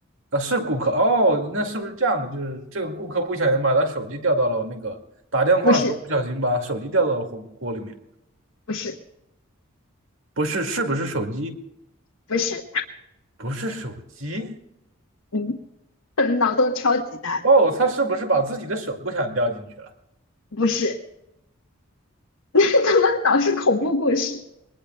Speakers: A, on the right; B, on the left.
A: 啊，是顾客哦，那是不是这样的？就是这个顾客不小心把他手机掉到了那个打电话的时候不小心把手机掉到了火锅里面，
B: 不是，不是，
A: 不是，是不是手机？
B: 不是，
A: 不是手机
B: 嗯，可能脑洞超级大的
A: 哦，他是不是把自己的手不小心掉进去了？
B: 不是，<laughs> 怎么老是恐怖故事？